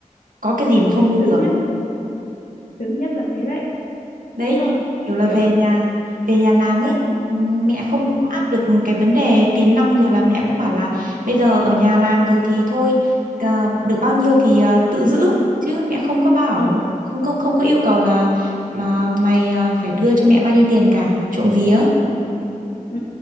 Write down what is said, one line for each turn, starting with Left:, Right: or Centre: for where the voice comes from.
Right: có cái gì mà không nuôi
Left: sướng
Right: được.
Left: nhất sướng nhất là thế đấy
Right: đấy
Left: đúng không
Right: kiểu là
Left: kiểu
Right: về nhà về nhà làm ấy ừm, mẹ không
Left: ừ,
Right: có áp lực cái vấn đề tiền nong rồi là mẹ cũng bảo là bây giờ ở nhà làm rồi thì thôi à, được bao nhiêu thì à, tự giữ chứ mẹ không có bảo
Left: ừ,
Right: không không không có yêu cầu là mà mày à, phải đưa cho mẹ bao nhiêu tiền cả trộm vía
Left: ừ,